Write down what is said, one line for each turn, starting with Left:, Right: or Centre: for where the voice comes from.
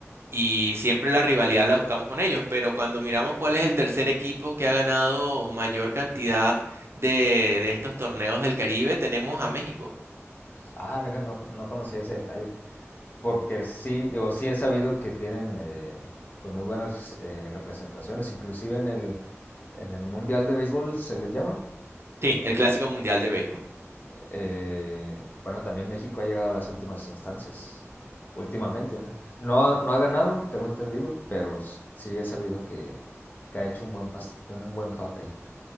Right: y siempre la rivalidad la buscamos con ellos, pero cuando miramos cuál es el tercer equipo que ha ganado mayor cantidad de, de estos torneos del Caribe, tenemos a México.
Left: Ah, mira, no, no conocía ese detalle. porque sí, digo, sí he sabido que tienen eh, pues muy buenas eh, representaciones, inclusive en el, en el Mundial de Béisbol se les llama.
Right: Sí, el Clásico Mundial de Béisbol.
Left: Eh, bueno, también México ha llegado a las últimas instancias, últimamente, ¿no? No, no ha ganado, tengo entendido, pero sí he sabido que, que ha hecho un buen, pas un buen papel.